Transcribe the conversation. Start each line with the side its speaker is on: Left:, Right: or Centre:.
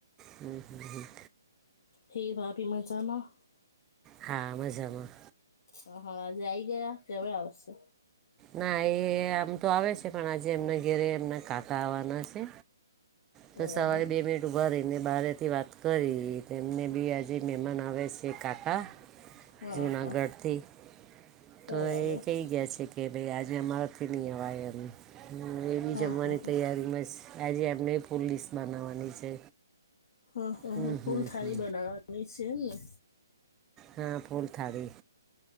Right: હમ્મ હમ્મ હમ્મ.
Left: હે ભાભી મજામાં.
Right: હા મજામાં.
Left: હ હા આજે આઇ ગયા કે હવે આવશે.
Right: ના એ આમ તો આવે છે પણ આજે એમના ઘરે એમના કાકા આવવાના છે.
Left: બરાબર
Right: તો સવારે બે મિનટ ઉભા રહીને બહારેથી વાત કરી તેમને બી આજે મહેમાન આવે છે કાકા.
Left: <inaudible>
Right: જુનાગઢથી.
Left: હા બરાબર
Right: તો એ કહી ગયા છે કે ભાઈ આજે અમારાથી નહીં અવાય એમ હ એ બી
Left: હા
Right: જમવાની
Left: હા હા
Right: તૈયારીમાં જ આજે એમને ફૂલ લિસ્ટ બનાવવાની છે.
Left: હા હ
Right: હમ
Left: હ ફૂલ
Right: હમ
Left: થાળી
Right: હમ
Left: બનાવાની છે એમને.
Right: હા ફૂલ થાળી